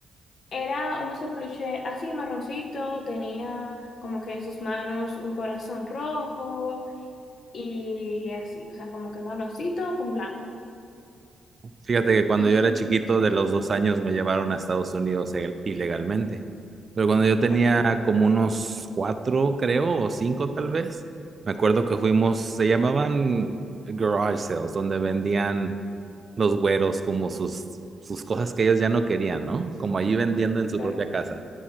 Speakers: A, on the left; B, on the right.
A: Era un oso peluche así marroncito, tenía como que en sus manos un corazón rojo y así, o sea, como que marroncito con blanco.
B: Fíjate que cuando
A: <laughs>
B: yo era
A: Ujú,
B: chiquito, de los dos años, me llevaron a Estados Unidos e- ilegalmente. Pero cuando yo tenía
A: Okay,
B: como unos cuatro, creo, o cinco tal vez, me acuerdo que fuimos, se llamaban garage sales, donde vendían los güeros como sus, sus cosas que ellos ya no querían, ¿no? Como allí vendiendo en
A: Okay.
B: su propia casa.